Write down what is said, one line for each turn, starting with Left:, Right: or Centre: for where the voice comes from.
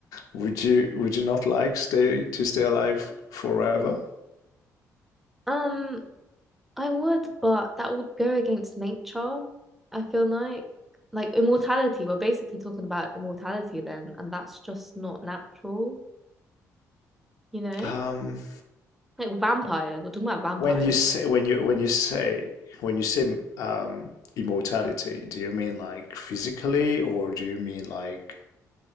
Left: Would you would you not like stay to stay alive forever?
Centre: Um, I would, but that would go against nature. I feel like like immortality. We're basically talking about immortality then, and that's just not natural, you know?
Left: Um,
Centre: Like vampires. We're talking about vampires.
Left: When you say when you when you say when you say um, immortality, do you mean like physically, or do you mean like